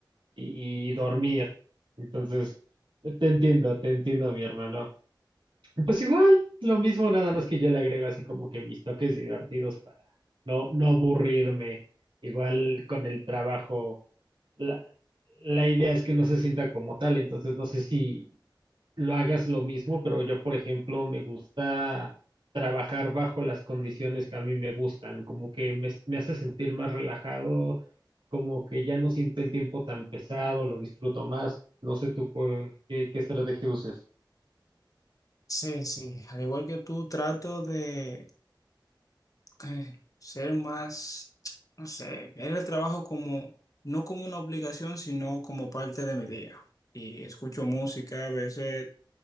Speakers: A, on the right; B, on the left.
A: y y dormir. Entonces, te entiendo, te entiendo, mi hermano. Pues igual, lo mismo, nada más que yo le agrego así como que mis toques divertidos para no, no aburrirme. Igual con el trabajo, la, la idea es que no se sienta como tal, entonces no sé si lo hagas lo mismo, pero yo, por ejemplo, me gusta trabajar bajo las condiciones que a mí me gustan, como que me, me hace sentir más relajado, como que ya no siento el tiempo tan pesado, lo disfruto más. No sé tú cu- qué, qué estrategia uses.
B: Sí, sí, al igual que tú, trato de eh, ser más, no sé, ver el trabajo como, no como una obligación, sino como parte de mi día. Y escucho música, a veces